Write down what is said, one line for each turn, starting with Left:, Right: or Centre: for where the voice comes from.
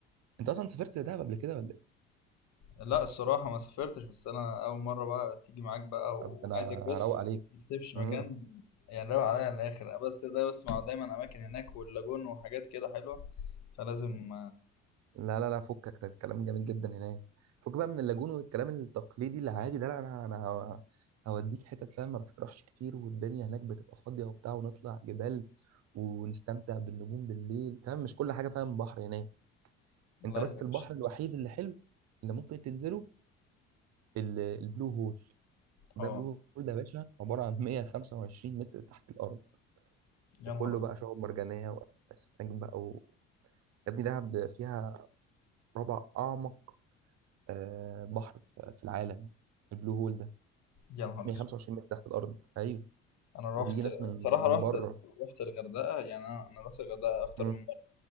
Right: انت اصلا سافرت دهب قبل كده ولا ايه؟
Left: لا الصراحة ما سافرتش بس انا اول مرة بقى تيجي معاك بقى
Right: طب
Left: وعايزك
Right: انا
Left: بص
Right: هروق عليك
Left: ما تسيبش مكان
Right: إمم.
Left: يعني روق عليا الاخر بس ده بسمع دايما اماكن هناك واللاجون وحاجات كده حلوة فلازم
Right: لا لا لا فكك ده الكلام جميل جدا هناك فك بقى من اللاجون والكلام التقليدي العادي ده لا انا انا هو- هوديك حتت فاهم ما بتطرحش كتير والدنيا هناك بتبقى فاضيه وبتاع ونطلع جبال ونستمتع بالنجوم بالليل فاهم مش كل حاجه فاهم بحر هناك
Left: لا
Right: انت بس
Left: يا باشا
Right: البحر الوحيد اللي حلو اللي ممكن تنزله ال- البلو هول ده
Left: اه
Right: بلو هول ده يا باشا عباره عن 125 متر تحت الارض
Left: يا
Right: وكله
Left: نهار أبيض.
Right: بقى شعاب مرجانيه واسماك بقى و... يا ابني دهب فيها ربع اعمق آه، بحر في في العالم البلو هول ده
Left: يا نهار
Right: 125
Left: اسود
Right: متر تحت الارض ايوه
Left: انا
Right: وبيجي
Left: رحت
Right: ناس من
Left: الصراحة
Right: من
Left: رحت
Right: بره
Left: رحت الغردقة يعني انا أنا رحت الغردقة اكتر
Right: مم.
Left: من